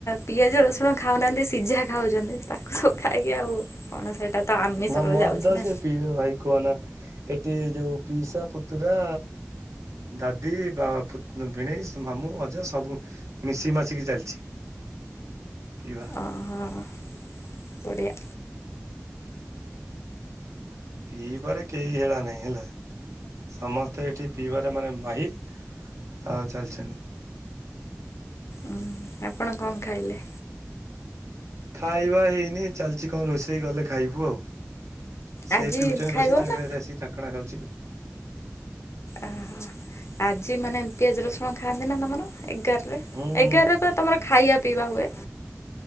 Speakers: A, on the left (about 65°); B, on the right (about 90°).
A: ପିଆଜ ରସୁଣ ଖାଉନାହାଁନ୍ତି ସିଝା ଖାଉଛନ୍ତି। ତାକୁ ସବୁ ଖାଇକି ଆଉ କଣ ସେଇଟା ତ ଆମିଷର
B: ନା ମଦ
A: ଯାଉଛି ନା
B: ସେ ପିଇବେ ଭାଇ। କୁହନା ଏଠି ଯୋଉ ପିସା ପୁତୁରା ଦାଦି ବା ଭିଣେଇ ମାମୁଁ ଅଜା ସବୁ ମିଶିକି ମାସିକି ଚାଲିଛି ପିଇବା।
A: ଓହଃ ବଢ଼ିଆ।
B: ପି ବାରେ କେହି ହେଳା ନାଇଁ ହେଲା। ସମସ୍ତେ ଏଠି ପିଇବାରେ ମାନେ ମାହିର୍ ଆ ଚାଲିଛନ୍ତି।
A: ଉଁ ଆପଣ କଣ ଖାଇଲେ?
B: ଖାଇବା ହେଇନି ଚାଲିଛି କଣ ରୋଷେଇ ଗଲେ ଖାଇବୁ ଆଉ। ସିଏ
A: ଆଜି
B: ପିଉଛନ୍ତି
A: ଖାଇବ
B: ବସି ତାଙ୍କ
A: ନା
B: ସାଙ୍ଗରେ ଆସିିକି ଚାଖଣା ଖାଉଛି।
A: ଓହୋ ଆଜି ମାନେ ପିଆଜ ରସୁଣ ଖାଆନ୍ତି ନା ତମର ଏଗାରରେ?
B: ହୁଁ ହୁଁ
A: ଏଗାରରେ ପା ତମର ଖାଇବା ପିଇବା ହୁଏ।